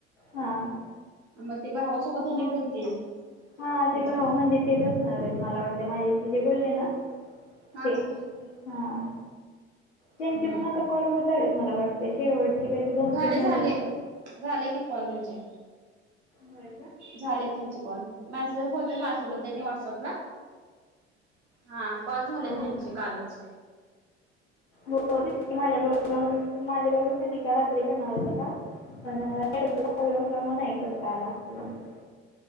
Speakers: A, on the left (about 85°); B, on the right (about 80°).
A: हां.
B: मग ते भावासोबत आणि बोलतील.
A: हा
B: त्यांच्या
A: ते भाऊ म्हणजे तेच असणार आहे मला वाटते माझ्याशी बोलले ना
B: हा
A: ते.
B: हा
A: हा त्यांचे
B: हम्म
A: पण आता कॉल होत आहेत मला वाटतं. ते शेवटचे काय ते दोन
B: झाले
A: तीन राहिल्या
B: झाले
A: असतील.
B: झाले की कॉल त्यांचे.
A: होय का?
B: झालेत त्यांचे कॉल मॅसेज बोलतात माझ्यासोबत त्यांनी व्हॉट्सअप ला. हा कॉल झाले
A: हां हां
B: त्यांचे कालचं.
A: हो दिप्ती मॅडम बरोबर माझ्या बरोबर रात्री करणार होता टास्क. पण रड म करता आला आप <inaudible>